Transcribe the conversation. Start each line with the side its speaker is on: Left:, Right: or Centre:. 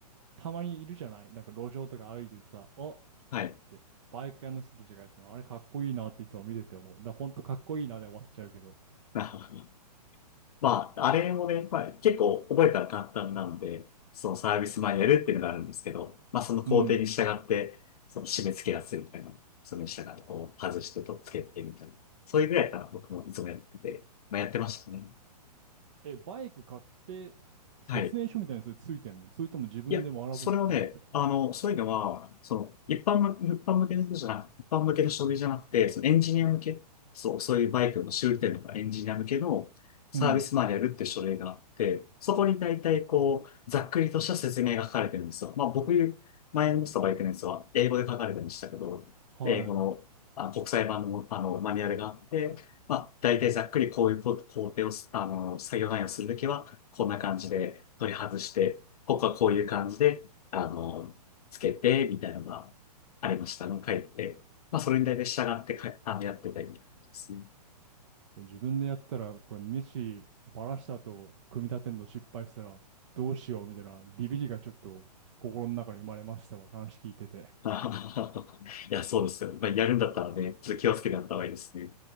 Right: たまにいるじゃないなんか路上とか歩いててさ、おっ
Left: はい。
Right: て、バイク屋の人たちがやってるの、あれかっこいいなっていつも見てて思う。だ本当かっこいいなで終わっちゃうけど。
Left: <laughs> まあ、あれもね、まあ、結構覚えたら簡単なんで、そのサービスマニュアルっていうのがあるんですけど、まあ、その工程に従って、
Right: うん。
Left: その締め付けやすいみたいな、それに従ってこう、外してとっつけてみたいな。そういうぐらいから僕もいつもやってて、まあ、やってましたね。
Right: え、バイク買って、説明書みたいにそれついてんのそれとも自分で学ぶのそれって。
Left: はい。いや、それはね、あの、そういうのは、その、一般向、一般向けの人じゃなく、一般向けの書類じゃなくて、そのエンジニア向け、そう、そういうバイクの修理店とかエンジニア向けのサービスマニュアルって書類があって、
Right: うん。
Left: そこに大体こう、ざっくりとした説明が書かれてるんですよ。まあ僕、前の乗ったバイクのやつは英語で書かれてましたけど、
Right: はい。
Left: 英語の、あ、国際版の、あの、マニュアルがあって、まあ大体ざっくりこういうこ工程をす、あの、作業内容をするときは、こんな感じで取り外して、ここはこういう感じで、あの、つけて、みたいなのがありましたの、書いて。まあ、それに対して従ってか、あの、やってたりみたいな感じですね。
Right: で自分でやったら、これ飯バラした後、組み立てんの失敗したらどうしようみたいなビビりがちょっと心の中に生まれましたわ。話聞いてて。
Left: <laughs> あははははいや、そうですよ。まあ、やるんだったらね、ちょっと気をつけてやった方がいいですね。